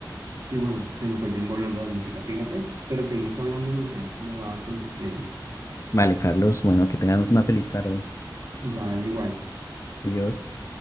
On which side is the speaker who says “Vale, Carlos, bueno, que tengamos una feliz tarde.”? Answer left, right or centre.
Left